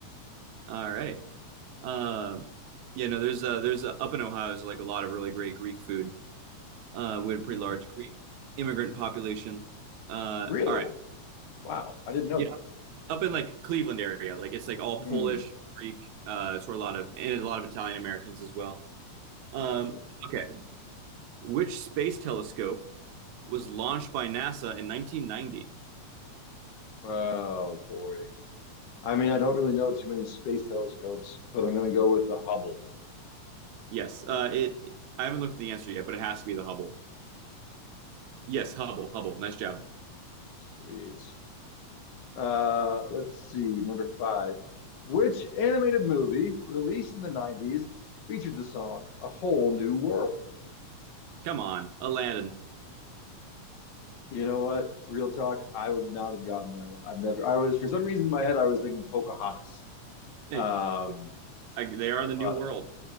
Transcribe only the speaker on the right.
All right. Um, yeah, no, there's uh, there's uh, up in Ohio there's like a lot of really great Greek food. Uh, we had a
pretty large Greek immigrant population. Uh,
all right.
Yeah,
up in like Cleveland area, like it's like all
Polish, Greek. Uh, it's where a lot of and a lot of Italian Americans as well. Um,
okay. Which space telescope was launched by NASA in 1990?
Yes. Uh, it. I haven't looked at the answer yet, but it has to be the Hubble. Yes, Hubble. Hubble. Nice job.
Come on, Aladdin.
Hey,
I, they are the new
world.